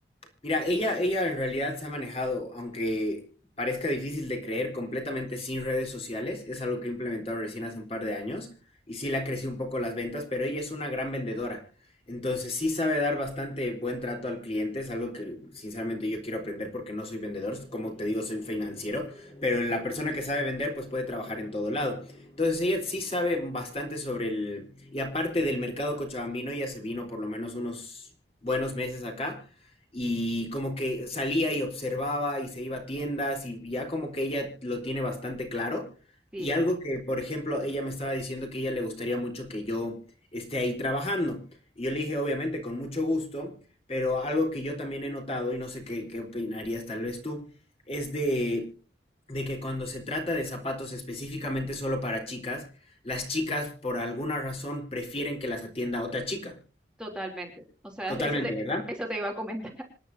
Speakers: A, on the left; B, in the centre.
A: Mira, ella, ella en realidad se ha manejado, aunque parezca difícil de creer, completamente sin redes sociales. Es algo que ha implementado recién hace un par de años y sí le ha crecido un poco las ventas, pero ella es una gran vendedora. Entonces sí sabe dar bastante buen trato al cliente, es algo que sinceramente yo quiero aprender porque no soy vendedor, como te digo, soy financiero, pero la persona que sabe vender pues puede trabajar en todo lado. Entonces ella sí sabe bastante sobre el... Y aparte del mercado cochabambino, ella se vino por lo menos unos buenos meses acá y como que salía y observaba y se iba a tiendas y ya como que ella lo tiene bastante claro.
B: Sí,
A: Y algo que, por ejemplo, ella me estaba diciendo que a ella le gustaría mucho que yo esté ahí trabajando. Y yo le dije, obviamente, con mucho gusto, pero algo que yo también he notado, y no sé qué, qué opinarías tal vez tú, es de, de que cuando se trata de zapatos específicamente solo para chicas, las chicas por alguna razón prefieren que las atienda otra chica.
B: totalmente. O sea,
A: Totalmente,
B: <laughs> eso te,
A: ¿verdad?
B: eso te iba a comentar. <laughs>